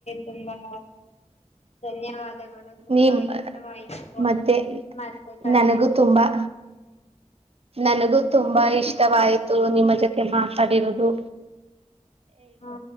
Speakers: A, on the left; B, on the right.
A: ತುಂಬಾ ಧನ್ಯವಾದಗಳು ತುಂಬಾ
B: ನಿಮ್
A: ಇಷ್ಟವಾಯಿತು
B: ಮತ್ತೆ
A: ಮತ್ತೆ ಕರೆ
B: ನನಗೂ
A: ಮಾಡ
B: ತುಂಬಾ ನನಗೂ ತುಂಬಾ ಇಷ್ಟವಾಯ್ತು ನಿಮ್ಮ ಜೊತೆ ಮಾತಾಡಿರುೋದು
A: ಹಾ